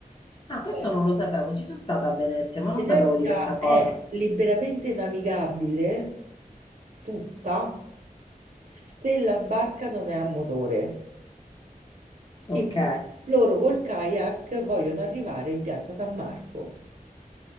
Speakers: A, on the left; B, on the right.
A: Ah, questo
B: eh.
A: non lo sapevo. Ci sono stata a Venezia, ma non
B: Venezia
A: sapevo di questa cosa.
B: è liberamente navigabile tutta se la barca non è a motore. Tipo,
A: Ok.
B: loro col kayak vogliono arrivare in Piazza San Marco.